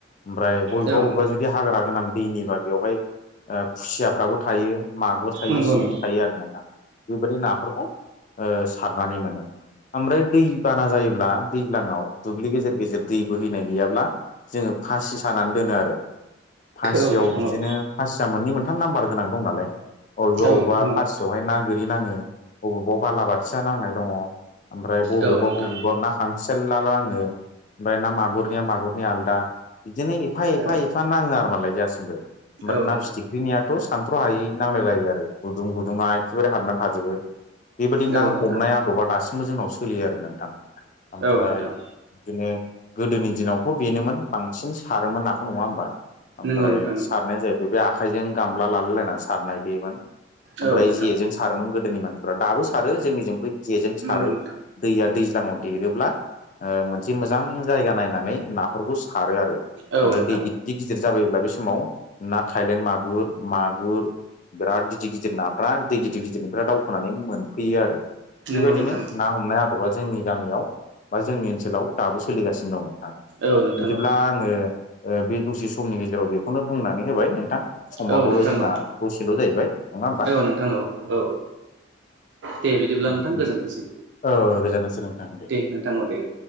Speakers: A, on the left; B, on the right.
A: ओमफ्राय बबेबा
B: औ
A: बबेबा
B: नोंथां
A: जुदि हाग्रा गोनां दैनिबा बेवहाय, ओ खुसियाफ्राबो थायो मागुर थायो
B: नंगौ
A: सिंगि
B: नोंथां
A: थायो आरो ना नोंथां बेबायदि नाफोर ओ सारनानै मोनो, ओमफ्राय दै बारा जायोब्ला दैज्लांआव दुब्लि गेजेर गेजेर दै बोहैनाय गैयाब्ला जोंङो फासि सानानै दोनो आरो फासियाव
B: औ नोंथां
A: बिदिनो
B: औ
A: फासिया मोननै मोनथाम नाम्बार गोनां दं नालाय अबेबा
B: औ
A: अबेबा
B: नोंथां
A: फासि बेवहाय ना गोरि नाङो अबावबा बालाबाथिया नांनाय दङ। ओमफ्राय बबेबा
B: औ नोंथां
A: बबेबा ना खां सेला नाङो ओमफाय ना मागुरनिया मागुरनि आलदा बिदिनो एफा एफा
B: औ
A: एफा फा नाङो आरो मालाय दासिमबो ओमफ्राय
B: औ
A: ना
B: नोंथां
A: फिथिख्रिनियाथ' सानथ्र' हायै नांलायलायो आरो। गुदुं गुदुङा एखेबारे हाबनानै थाजोबो। बेबायदि
B: औ
A: ना
B: नोंथां
A: हमनाय आदबा दासिमबो जोंनाव सोलियो आरो नोंथां ओमफ्राय
B: औ नोंथां
A: बिदिनो गोदोनि दिनावथ' बेनोमोन बांसिन सारोमोन नाखौ नङा होमबा? ओमफ्राय
B: नंगौ नोंथां नंगौ
A: सारनाया जाहैबाय बे आखाइजों गामला लालायलायनानै सारनाय बेमोन
B: औ
A: ओमफ्राय
B: नोंथां
A: जेजों सारोमोन गोदोनि मानसिफोरा दाबो सारो जोंनिजों बै जेजों सारो।
B: नंगौ नोंथां
A: दैया दैज्लांआव देरोब्ला ओ मोनसे मोजां जायगा नाय नानै नाफोरखौ सारो आरो
B: औ नोंथां
A: दै गि दिर गिदिर जाबायोब्ला बे समाव ना थायलेण्ड मागुर, मागुर बिराद गिदिर गिदिर नाफ्रा दै गिदिर गिदिनिफ्रा दाउ खोनानै मोनफैयो आरो
B: नंगौ
A: बेबायदिनो
B: नोंथां
A: ना ना हमनाय आदबा जोंनि गामियाव बा जोंनि ओनसोलाव दाबो सोलिगासिनो दं नोंथां
B: औ नोंथां
A: बिदिब्ला ओ ओ बे दसे समनि गेजेराव बेखौनो बुंनानै होबाय नोंथां समाबो
B: औ नोंथां
A: जोंना
B: औ
A: दसेल' जाहैबाय नंङा ओमबा?
B: औ नोंथां औ औ दे बिदिब्ला
A: बिदि
B: नोंथां गोजोन्थोंसै
A: औ गोजोननोसै नोंथां
B: दे नोंथां औ दे।